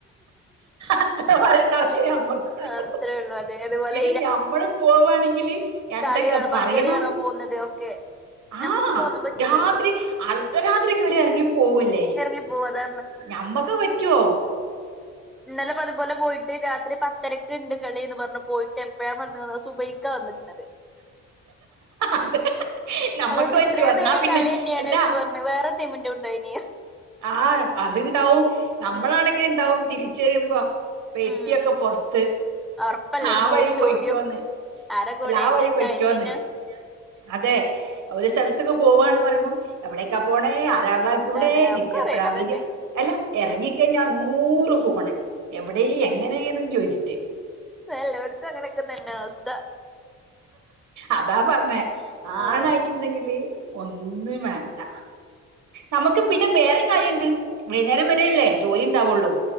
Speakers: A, on the right; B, in the centre.
A: അത് പറയേണ്ട ആവശ്യേ നമ്മക്കൊള്ളൂ
B: അത്രേ ഉള്ളൂ അതെ അതുപോലെ
A: ഇത് ഞമ്മള് പോവാണെങ്കില് എന്തൊക്കെ
B: കളിയാണാ പന്തളി
A: പറയണം
B: കാണാ പോവുന്നത് ഒക്കെ ഞമ്മക്ക്പ്പോ
A: ആഹ്
B: അതോന്നും പറ്റൂലല്ലോ
A: രാത്രി അർദ്ധരാത്രിക്ക് വരെ എറങ്ങി പോവല്ലേ
B: എറങ്ങിപ്പോവാ അതെ
A: ഞമ്മക്ക് പറ്റൊ
B: ഇന്നലെ അത്പോലെ പോയിട്ട് രാത്രി പത്തരക്ക്ണ്ട് കളിന്ന് പറഞ്ഞ് പോയിട്ട് എപ്പഴാ വന്നത്ന്നോ സുബഹി ക്കാ വന്ന്ക്ക്ണത്
A: അത് നമ്മക്ക്
B: അപ്പൊ
A: പറ്റുവോ
B: ഇത്ര
A: എന്നാ
B: നേരം
A: പിന്നെ
B: കളിന്ന്യാണോയിച്ചപ്പോ
A: അല്ല
B: പറഞ്ഞ് വേറെ ടീമിന്റുണ്ടായിനി
A: ആഹ് അത്ണ്ടാവും നമ്മളാണെങ്കി
B: ഉം
A: ഇണ്ടാവും തിരിച്ച് വരുമ്പോ പെട്ട്യോക്കെ
B: ഉം
A: പൊറത്ത്
B: ഒറപ്പല്ലേ
A: ആ
B: ഒരു നൂറ്
A: വഴി പോയ്ക്കോന്ന്
B: ചോദ്യം ആരെ കൂടെ
A: അല്ല ആ
B: എങ്ങട്ടാ
A: വഴി പൊയിക്കോന്ന്
B: എന്തിനാ
A: അതെ ഒരു സ്ഥലത്ത്ക്ക് പോവന്ന് പറയുമ്പം എവിടേക്കാ പോണേ ആരാള്ള
B: എന്താണ്
A: കൂടെ തിരിച്ച്
B: ഒക്കെ
A: എപ്പഴാ
B: അറിയണതന്നെ
A: വെരാ അല്ല എറങ്ങി കാഴിഞ്ഞാ നൂറ് ഫോണ് എവിടെ എങ്ങനെന്നു ചോയിച്ചിട്ട്
B: എല്ലോട്ത്തും അങ്ങനെക്കെ തന്നെ അവസ്ഥ
A: അതാ പറഞ്ഞേ
B: ആഹ്
A: ആണായിട്ട്ണ്ടെങ്കില് ഒന്നും വേണ്ട നമക്ക് പിന്നെ വേറേം കാര്യണ്ട് വൈന്നേരം വരെല്ലേ ജോലിണ്ടാവൊള്ളൂ